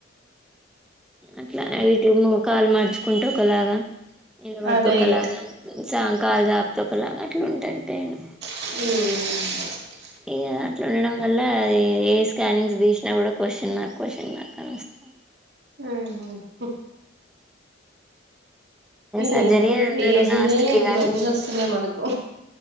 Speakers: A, in the centre; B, on the right.
A: అట్లా ట్యూబ్ ను్ కాల్ మార్చుకు కుంటూ ఒకలాగా నిలబడితే
B: అదే
A: ఒకలాగా
B: ఇగ
A: సాయంకాల జాప్త ఒకలా అట్లా ఉంటుంది పేను
B: ఉమ్
A: ఇగా అట్లా ఉండడం వల్ల ఏ స్కానింగ్స్ తీసినా కూడా క్వశ్చన్ మార్క్ క్వశ్చన్ మార్క్ అని వస్తంది
B: ఉమ్ హు ఏంట
A: సర్జరీ
B: ఏ
A: అన్నారు
B: ఏజ్లనే
A: లాస్ట్ కి గాని
B: ఇవన్నీ వస్తున్నాయి మనకు